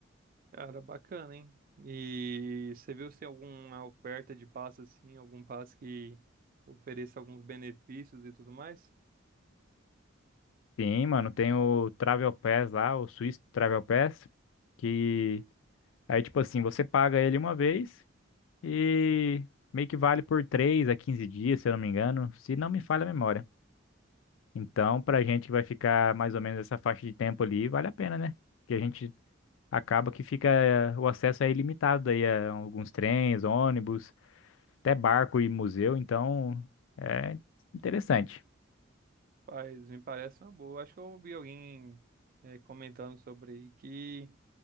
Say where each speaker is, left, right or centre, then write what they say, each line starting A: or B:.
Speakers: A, on the right; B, on the left.
A: Cara, bacana, hein? E você viu se tem alguma oferta de passe assim, algum passe que ofereça alguns benefícios e tudo mais?
B: Sim, mano, tem o Travel Pass lá, o Swiss Travel Pass, que Aí, tipo assim, você paga ele uma vez e meio que vale por 3 a 15 dias, se eu não me engano, se não me falha a memória. Então, pra gente que vai ficar mais ou menos essa faixa de tempo ali, vale a pena, né? Porque a gente acaba que fica, eh, o acesso é ilimitado aí a alguns trens, ônibus, até barco e museu, então é interessante.
A: Rapaz, me parece uma boa. Acho que eu ouvi alguém eh, comentando sobre que